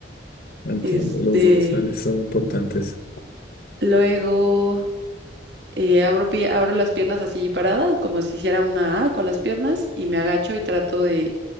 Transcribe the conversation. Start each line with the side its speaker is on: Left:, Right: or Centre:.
Left: entiendo,
Right: Este,
Left: los dorsales son importantes.
Right: luego eh, abro, pie- abro las piernas así paradas, como si hiciera una A con las piernas, y me agacho y trato de